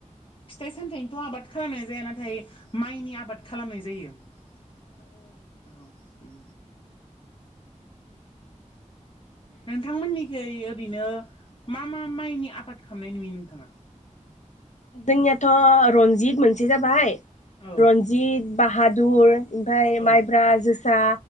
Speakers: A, on the left; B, on the left.
A: फिथाइ सामथायाइनिथ' आबाद खालामनाय जाया नाथाय माइनि आबाद खालामनाय जायो। औ उ। नोंथांमोननिखै ओरैनो मा मा माइनि आबाद खालामनाय नुयो नोंथाङा?
B: जोंनियाथ' रनजित मोनसे जाबाय
A: औ
B: रन्जित बाहादुर ओमफाय
A: औ
B: माइब्रा जोसा